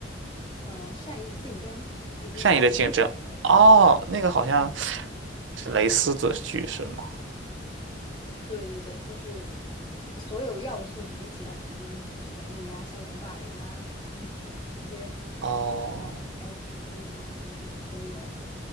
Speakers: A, on the left; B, on the right.
A: 呃《善意的竞争》，一部网剧吧，
B: 善意的竞争。
A: 应该算。
B: 哦，那个好像
A: 嗯，
B: 是蕾丝的剧是吗？
A: 对对对，就是所有要素集齐的韩剧，就是什么悬疑啊、校园霸凌啊，<laughs> 一些
B: 哦，
A: 呃 LGBT 啊，就是都有。